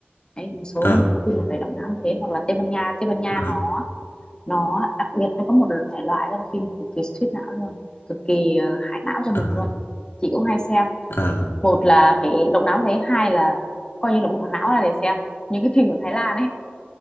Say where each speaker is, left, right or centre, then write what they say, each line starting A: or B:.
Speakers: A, on the left; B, on the left.
A: đấy một số
B: ờ
A: bộ phim mà phải động não như thế hoặc là Tây Ban Nha Tây Ban Nha
B: ờ
A: nó nó đặc biệt nó có một thể loại đó là phim cực kỳ suýt não luôn cực kỳ ờ, hại não cho mình
B: ờ
A: luôn chị cũng hay xem
B: ờ
A: một là phải động não thế hai là coi như là bỏ não ra để xem những cái phim của Thái Lan ấy